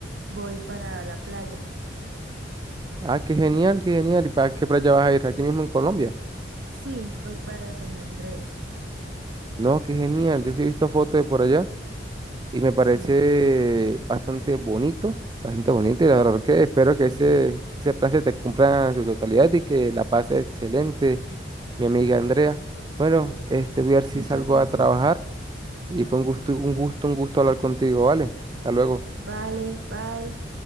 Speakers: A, on the right (about 75°); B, on the right (about 25°).
A: voy para la playa.
B: Ah, qué genial, qué genial. ¿Y para qué playa vas a ir? Aquí mismo en Colombia.
A: Sí, voy para San Andrés.
B: No, qué genial. Yo sí he visto fotos de por allá. y me parece
A: Sí,
B: bastante bonito, bastante bonito y la verdad que espero que ese, ese plan se te cumpla en su totalidad y que la pases excelente, mi amiga Andrea. Bueno, este voy a ver si
A: muchas
B: salgo
A: gracias.
B: a trabajar y fue un gusto, un gusto, un gusto hablar contigo, ¿vale? Hasta luego.
A: Vale, bye.